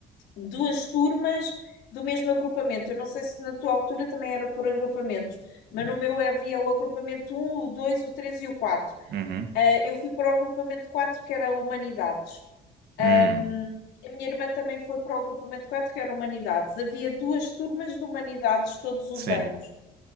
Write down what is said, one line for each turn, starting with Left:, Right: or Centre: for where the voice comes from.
Left: duas turmas do mesmo agrupamento, eu não sei se na tua altura também era por agrupamentos, mas no meu havia o agrupamento um, o 2, o 3 e o 4.
Right: uhum,
Left: Ah, eu fui para o agrupamento 4, que era Humanidades. Ahm,
Right: hum,
Left: a minha irmã também foi para o agrupamento 4, que era Humanidades. Havia duas turmas de Humanidades todos os
Right: sim.
Left: anos.